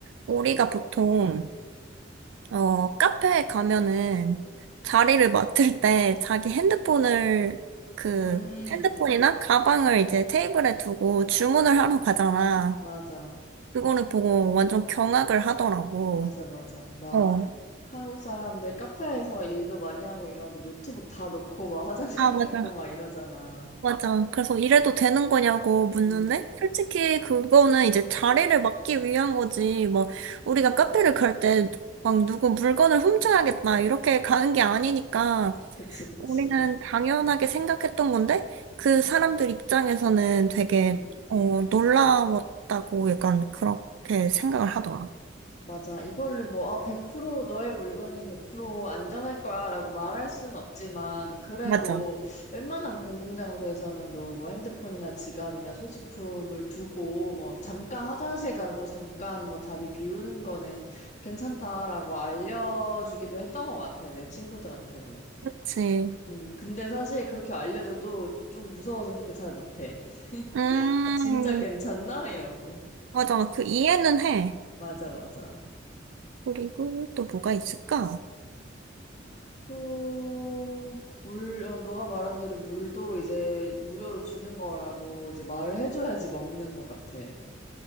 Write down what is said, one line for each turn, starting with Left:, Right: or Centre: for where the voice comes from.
Right: 우리가
Left: 응.
Right: 보통 어, 카페에 가면은 자리를 맡을 때 자기 핸드폰을 그
Left: 음,
Right: 핸드폰이나 가방을 이제 테이블에 두고 주문을 하러 가잖아.
Left: 맞아.
Right: 그거를 보고 완전 경악을 하더라고.
Left: 맞아, 맞아. 막
Right: 어.
Left: 한국 사람들 카페에서 일도 많이 하고 이러는데 노트북 다 놓고 막 화장실
Right: 아, 맞아.
Left: <laughs> 가고 막 이러잖아.
Right: 맞아. 그래서 이래도 되는 거냐고 묻는데
Left: 음,
Right: 솔직히 그거는 이제 자리를 맡기 위한 거지. 뭐 우리가 카페를 갈 때 막 누구 물건을 훔쳐야겠다 이렇게 가는 게 아니니까
Left: 그치, 그치.
Right: 우리는 당연하게 생각했던 건데, 그 사람들 입장에서는 되게,
Left: 음.
Right: 어, 놀라웠다고 약간 그렇게 생각을 하더라.
Left: 맞아. 이거를 뭐, 아, 100% 너의 물건이 100% 안전할 거야 라고 말할 순 없지만, 그래도
Right: 맞아.
Left: 웬만한 공공장소에서는 너 뭐 핸드폰이나 지갑이나 소지품을 두고, 뭐, 잠깐 화장실 가고, 잠깐 뭐 다리 비우는 거는 괜찮다라고 알려주기도 했던 것 같아. 내 친구들한테도.
Right: 그치.
Left: 음, 근데 사실 그렇게 알려줘도 좀 무서워서 그렇게 잘 못해. <laughs>
Right: 음,
Left: 아, 진짜 괜찮나? 이러고.
Right: 맞아. 그 이해는 해.
Left: 맞아, 맞아.
Right: 그리고 또 뭐가 있을까?
Left: 또, 물, 어, 너가 말한 대로 물도 이제 무료로 주는 거라고 이제 말을 해줘야지 먹는 것 같아. 음,